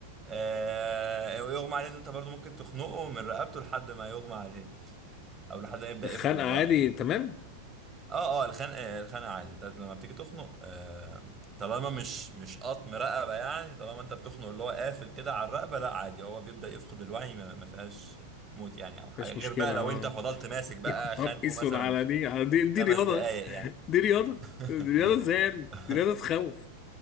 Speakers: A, on the right; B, on the left.
A: آه، يغمى عليه ان انت برضو ممكن تخنقه من رقبته لحد ما يغمى عليه او لحد ما يبدأ
B: الخنقة
A: يفقد الوعي
B: عادي
A: يعني
B: تمام
A: اه اه الخنقه الخنقه عادي انت لما بتيجي تخنق آه طالما مش مش قطم رقبه يعني طالما انت بتخنق اللي هو قافل كده على الرقبه لا عادي هو بيبدا يفقد الوعي ما, ما فيهاش موت يعني او حاجه
B: مفيش
A: غير
B: مشكلة
A: بقى لو
B: اه
A: انت فضلت ماسك
B: <laughs>
A: بقى
B: يا
A: خانقه
B: نهار اسود
A: مثلا
B: على دي على دي دي
A: خمس
B: رياضة
A: دقايق يعني
B: دي رياضة
A: <laughs>
B: دي رياضة ازاي يا ابني؟ دي رياضة تخوف